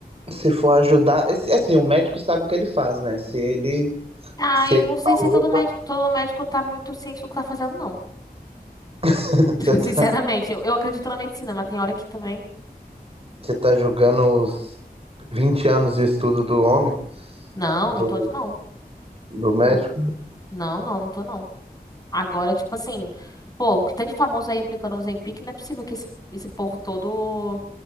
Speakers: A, on the right; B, on the left.
A: se for ajudar. esse- Assim, o médico sabe o que ele faz, né? Se ele.
B: Ai,
A: Se ele
B: não sei
A: falou.
B: se todo médico, todo médico tá muito ciente do que tá fazendo, não.
A: <laughs>
B: <laughs>
A: Você
B: Sinceramente,
A: tá,
B: eu, eu acredito na medicina, mas tem hora que também.
A: você tá julgando os 20 anos de estudo do homem,
B: Não,
A: do,
B: não tô, de- não.
A: do médico?
B: Hum, Não, não, não tô, não. Agora, tipo assim, pô, o que tem de famoso aí aplicando o Ozempic, não é possível que esse, esse povo todo,